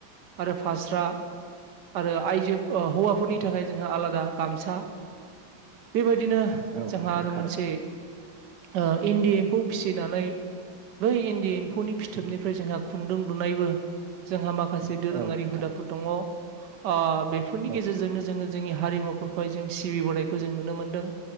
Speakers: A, on the right (about 65°); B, on the right (about 80°).
A: आरो फास्रा। आरो आइजो ओ हौवाफोरनि थाखाय जोंहा आलादा गामसा। बेबायदिनो
B: औ
A: जोंहा
B: नोंथां
A: आरो
B: थारैनो
A: मोनसे ओ इन्दि एम्फौ फिसिनानै, बै इन्दि एम्फौनि फिथोबनिफ्राय जोंहा खुन्दुं लुनायबो। जोंहा माखासे दोरोङारि
B: औ नोंथां
A: हुदाफोर दङ। ओ बेफोरनि
B: औ
A: गेजेरजोंनो जोङो जोंनि हारिमुफोरखौहाय जों सिबिबोनायखौ जों नुनो मोनदों।